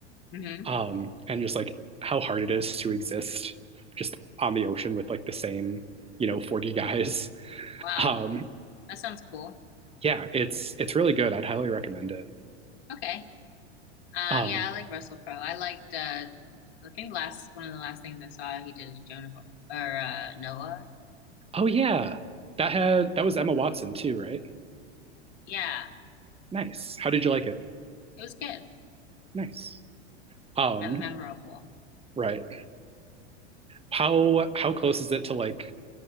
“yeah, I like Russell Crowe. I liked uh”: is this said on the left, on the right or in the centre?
Left